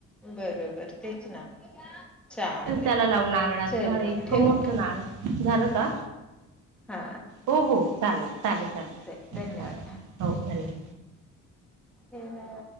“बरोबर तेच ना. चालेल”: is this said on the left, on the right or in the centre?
Centre